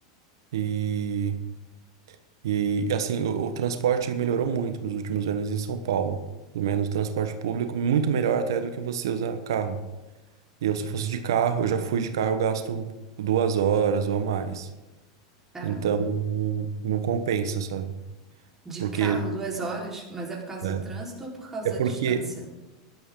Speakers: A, on the right; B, on the right.
A: E, e assim, o, o transporte melhorou muito nos últimos anos em São Paulo. Pelo menos o transporte público, muito melhor até do que você usar carro. Eu, se eu fosse de carro, eu já fui de carro, eu gasto duas horas ou mais.
B: caramba.
A: Então, não compensa, sabe?
B: De
A: Porque
B: carro, duas horas, mas é por causa
A: é,
B: do trânsito ou por causa
A: é porque
B: da distância?